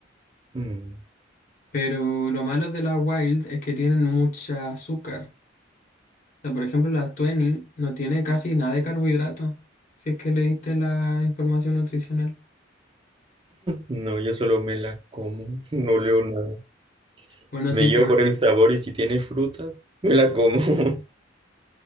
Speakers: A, on the right; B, on the left.
A: mm.
B: pero lo malo de las Wild es que tienen mucha azúcar. O sea, por ejemplo, las 20 no tiene casi nada de carbohidrato, si es que leíste la información nutricional.
A: No, yo solo me la como, <laughs> no leo nada.
B: Bueno,
A: Me
B: sí, pues.
A: llevo por el sabor y si tiene frutas, me la como. <laughs>